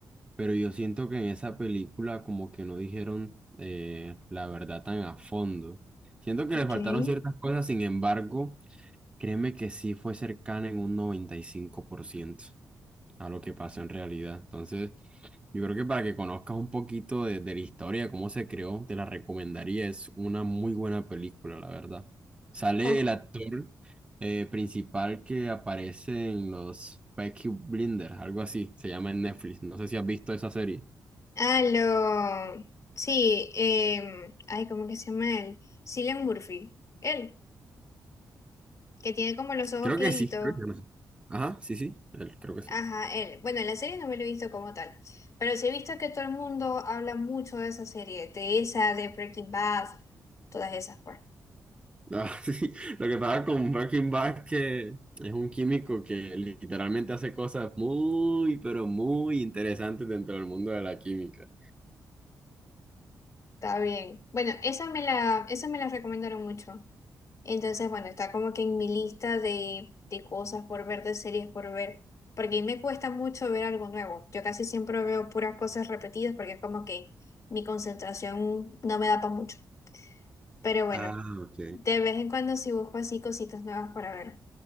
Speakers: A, on the right (about 15°); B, on the left (about 45°).
A: Pero yo siento que en esa película como que no dijeron eh, la verdad tan a fondo. Siento que
B: ok.
A: le faltaron ciertas cosas, sin embargo, créeme que sí fue cercana en un 95% a lo que pasó en realidad. Entonces, yo creo que para que conozcas un poquito de, de la historia, cómo se creó, te la recomendaría. Es una muy buena película, la verdad. Sale
B: O-
A: el actor eh, principal que aparece en los Peaky Blinders, algo así, se llama en Netflix. No sé si has visto esa serie.
B: ah, lo, sí, em, ay, ¿cómo que se llama él? Cillian Murphy, él, que tiene como los ojos
A: Creo
B: claritos.
A: que sí, creo que no sé. Ajá, sí, sí, él, creo que sí.
B: Ajá, él. Bueno, la serie no me la he visto como tal, pero sí he visto que todo el mundo habla mucho de esa serie, de esa, de Breaking Bad, todas esas, pues.
A: Ah, <laughs> sí. Lo que pasa con Breaking Bad es que es un químico que literalmente hace cosas muy, pero muy interesantes dentro del mundo de la química.
B: Está bien. Bueno, esa me la, esa me la recomendaron mucho. Entonces, bueno, está como que en mi lista de, de cosas por ver, de series por ver, porque a mí me cuesta mucho ver algo nuevo. Yo casi siempre veo puras cosas repetidas porque es como que mi concentración no me da para mucho. Pero bueno,
A: Ah, ok.
B: de vez en cuando sí busco así cositas nuevas para ver.